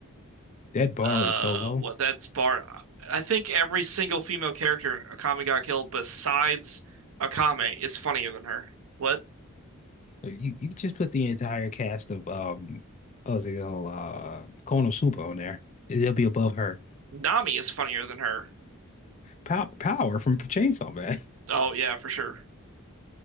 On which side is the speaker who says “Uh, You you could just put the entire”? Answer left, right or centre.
Left